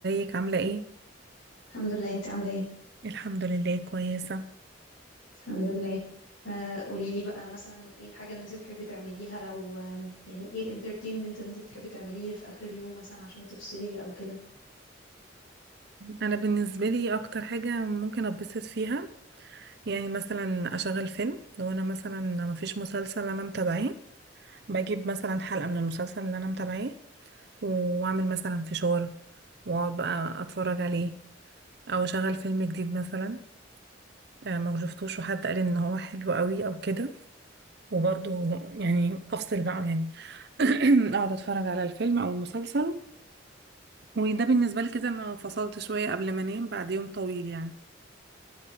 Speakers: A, on the right; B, on the left.
A: ازيك عاملة ايه؟
B: الحمد لله انت عامله ايه
A: الحمد لله كويسة
B: الحمد لله آه قولي لي بقى مثلا ايه الحاجه اللي انت بتحبي تعمليها لو آم، يعني ايه الانترتينمنت اللي انت بتحبي تعمليه في اخر اليوم مثلا عشان تفصلي او كده
A: انا بالنسبة لي اكتر حاجة ممكن اتبسط فيها يعني مثلا اشغل فيلم لو انا مثلا مفيش مسلسل انا متابعاه بجيب مثلا حلقة من المسلسل اللي انا متابعاه واعمل مثلا فشار واقعد بقى اتفرج عليه او اشغل فيلم جديد مثلا آه، ما شفتوش وحد قال ان هو حلو قوي او كده وبرضه يعني افصل بقى يعني <clears throat> اقعد اتفرج على الفيلم او المسلسل وده بالنسبة لي كده انا فصلت شوية قبل ما انام بعد يوم طويل يعني